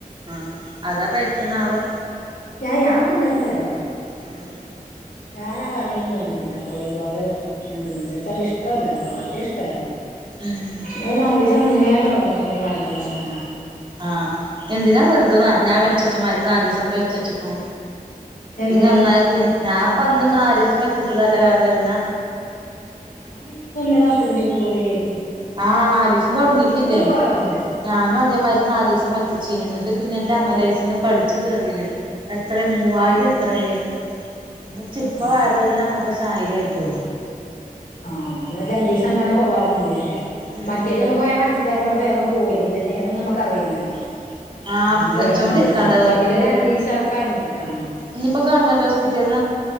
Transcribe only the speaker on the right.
ആഹ് അതാ പേയച്ചോന്നുവോ?
ഉം.
ഉം
ആഹ് എന്തിനാ വെറ്തെ നാ ഞാ വെച്ചെച്ചമാരി നാലീസൊക്കെ വെച്ചെച്ച്ക്ക്ണൂ
പിന്നെ ഒന്നായിറ്റ് ഞാ അപ്പൊ അന്നും നാലീസം വെച്ചച്ചതല്ലേ വയറ് വേദന
ആ നാലീസം തൊടങ്ങിറ്റില്ലേ
ഞാനും അതേമാരി നാലീസം വെ <unintelligible> ന്നട്ട് പിന്നന്റെ <unintelligible> കട്ച്ചു കീറീന് എത്രേ മൂവായിരം എത്രേ എന്ന് വെച്ചിപ്പ
വയറ് വേദ്ന വന്നപ്പോഷായിരായിട്ടോള്ളൂ.
ഉം
ആഹ്
വെച്ചോണ്ടിരിക്കാണ്ട
ഇന്ന്പ്പ ഗവൺമെൻ്റോസ്പിറ്റെൽന്ന്